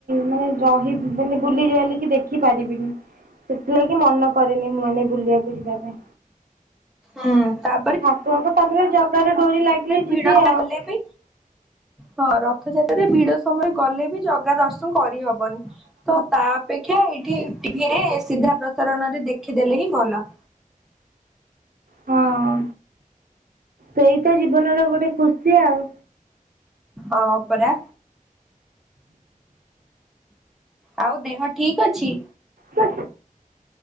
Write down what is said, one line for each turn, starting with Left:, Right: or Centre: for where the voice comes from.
Right: ମାନେ ରହି ମାନେ ବୁଲିବାଲିକି ଦେଖି ଦେଖ ପାରିବିନି ସେଥିଲାଗି ମନ କରେନି ମୁଁ ମାନେ ବୁଲିବାକୁ ଯିବା ପାଇଁ।
Centre: ହୁଁ ତା
Right: ଠାକୁରଙ୍କ ତାପରେ ଜଗାର ଡୋରି ଲାଗିଲେ
Centre: ଭିଡ
Right: ଯିବି
Centre: ସମୟ
Right: ଆଉ।
Centre: ଗଲେ ବି ହଁ ରଥଯାତ୍ରାରେ ଭିଡ ସମୟରେ ଗଲେ ବି ଜଗା ଦର୍ଶନ କରିହବନି ତ ତା ଅପେକ୍ଷା ଏଇଠି ଟିଭିରେ ସିଧା ପ୍ରସାରଣ ରେ ଦେଖିଦେଲେ ହିଁ ଭଲ।
Right: ହଁ। ସେଇ ତ ଜୀବନର ଗୋଟେ ଖୁସି ଆଉ।
Centre: ହଁ ପରା। ଆଉ ଦେହ ଠିକ ଅଛି?
Right: ସେ,